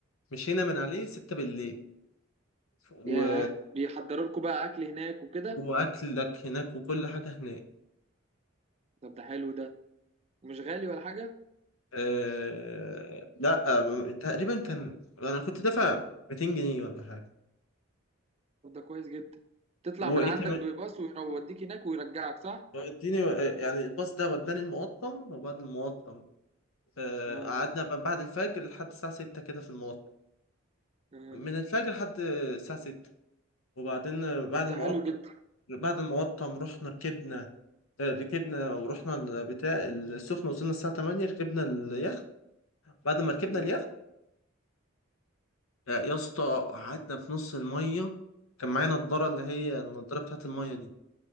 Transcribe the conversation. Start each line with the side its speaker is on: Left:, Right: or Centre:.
Left: مشينا من عليه 6 بالليل و...
Right: ياه بيحضروا لكم بقى اكل هناك وكده
Left: واكلك هناك وكل حاجه هناك
Right: طب ده حلو ده مش غالي ولا حاجه
Left: آه لا آه، تقريبا كان انا كنت دافع 200 جنيه ولا حاجه
Right: طب ده كويس جدا تطلع
Left: وايه
Right: من عندك
Left: كمان
Right: بباص ويوديك هناك ويرجعك صح
Left: اديني آه، يعني الباص ده وداني المقطم وبعد المقطم آه
Right: اه
Left: قعدنا ب- بعد الفجر لحد الساعه 6 كده في المقطم
Right: اه
Left: من الفجر لحد الساعه 6 وبعدين آه، بعد
Right: طب
Left: المقطم
Right: ده حلو جدا
Left: بعد المقطم رحنا ركبنا آه، ركبنا ورحنا البتاع السخنة وصلنا الساعة 8 ركبنا اليخت بعد ما ركبنا
Right: مم.
Left: اليخت آه، يا اسطى قعدنا في نص المية كان معايا نضارة اللي هي النضارة بتاعت المية دي